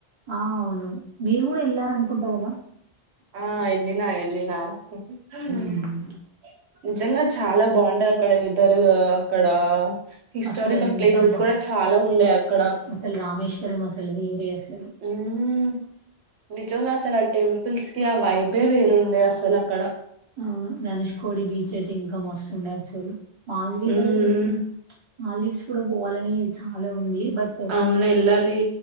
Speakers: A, on the right (about 30°); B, on the right (about 85°).
A: ఆ అవును మీరు కూడా ఎళ్లారనుకుంటా కదా
B: ఆ ఎల్లినా ఎల్లినా ఒక్క సారి
A: హ్మ్.
B: పోయిన <unintelligible> నిజంగా చాలా బాగుంటది అక్కడ వెదరు అక్కడ హిస్టారికల్
A: అసలు ఎంత
B: ప్లేసెస్
A: బ
B: కూడా చాలా ఉండే అక్కడ
A: అసలు రామేశ్వరం అసలు వేరే అస్
B: ఉమ్మ్మ్ ఉ నిజంగా అసల ఆ టెపుల్స్ కి ఆ వైబ్ వేబే వేరుండే అసల్ అక్కడ
A: అవును. ధనుష్కోడి బీచ్ అయితే ఇంకా మస్తుండే అసలు. మాల్దీవ్స్
B: ఉమ్ ఉమ్
A: మాల్దీవ్స్ కూడా పోవాలని చాలా ఉంది. బట్
B: అవును ఎల్లాలి